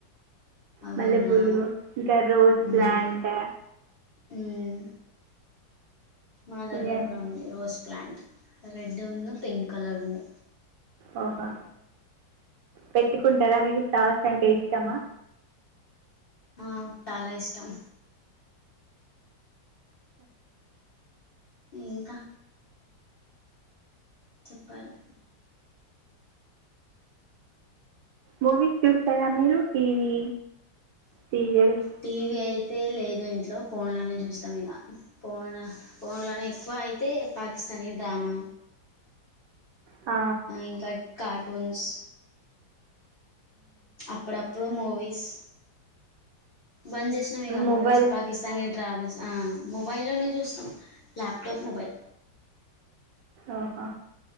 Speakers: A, on the left; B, on the right.
A: అవి
B: మల్లె
A: ఉన్నా
B: పూలు ఇంకా రోస్
A: ఉమ్
B: ప్లాంట్
A: ఉమ్ మా దగ్గర
B: ఇవన్నీ
A: కూడా ఉంది రోస్ ప్లాంట్ రెడ్ ఉంది పింక్ కలర్ ఉంది
B: ఓహో పెట్టుకుంటారా మీకు ఫ్లవర్స్ అంటే ఇష్టమా
A: ఆ చాలా ఇష్టం ఇంకా చెప్పాలి
B: మూవీస్ చూస్తారా మీరు టీవీ సీరియల్స్
A: టీవీ అయి టీవీ లేదు ఇంట్లో ఫోన్లోనే చూస్తాం ఇక ఫోన్ ఫోన్లోనే ఎక్కువ అయితే పాకిస్త న్ డ్రామా
B: ఆ
A: ఇంకా కార్టూన్స్ అప్పుడప్పుడు మూవీస్ బంద్ చేసినావి ఇక
B: మొబైల్
A: మూవీస్ పాకిస్తానీ ట్రావెల్స్ ఆ మొబైల్లోనే చూస్తాం ల్యాప్టాప్ మొబైల్
B: ఆహా